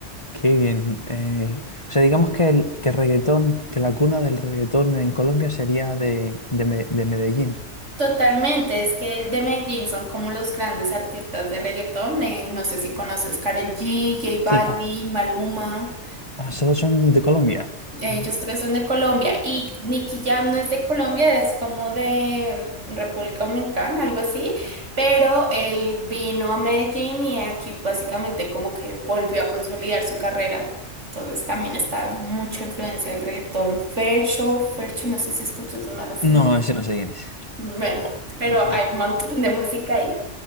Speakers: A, on the left; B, on the right.
A: Qué bien. eh, o sea, digamos que el, que el reggaetón, que la cuna del reggaetón en Colombia sería de, de, Me- de Medellín.
B: Totalmente, es que de Medellín son como los grandes artistas de reggaetón. eh, no sé si conoces Karol G, J Balvin,
A: Sí, claro.
B: Maluma.
A: Ah, todos son de Colombia.
B: Ellos
A: Ah.
B: tres son de Colombia y Nicky Jam no es de Colombia, es como de República Dominicana, algo así. Pero él vino a Medellín y aquí básicamente como que volvió a consolidar su carrera. Entonces también está mucha influencia del reggaetón. Fercho, Fercho, no sé si escuchas es más reciente.
A: No, ese no sé quién es.
B: Bueno,
A: Oh,
B: pero
A: no, no.
B: hay un montón de música ahí.